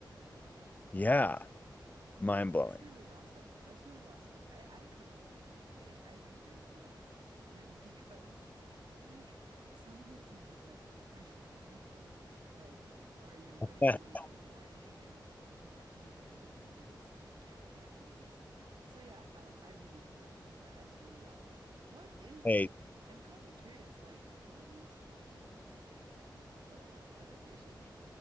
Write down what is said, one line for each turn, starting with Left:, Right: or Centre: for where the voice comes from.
Left: yeah, mind blowing.
Right: That's really awesome. That's really awesome. I, I commend you, okay? I commend you on that discipline <laughs> because, like, some days I'm just like, I just want to go to my bed. Like, or you're running
Left: <laughs>
Right: late in the morning and it's like, do I do I really have to do this? And you're like, yeah, you have to do this. So yeah, um, I really commend you for that. That's really awesome. What is
Left: Hey,
Right: like, I'm kind of curious, like, what is transcendental meditation?